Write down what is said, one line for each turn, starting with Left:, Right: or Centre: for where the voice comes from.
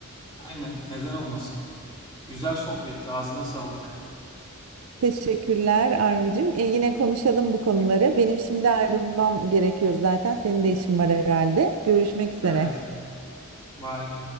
Left: Aynen, neden olmasın. Güzel sohbetti. Ağzına sağlık.
Right: Teşekkürler Armi'cim. E, yine konuşalım bu konuları. Benim şimdi ayrılmam gerekiyor zaten. Senin de işin var herhalde. Görüşmek üzere.
Left: Evet, bay.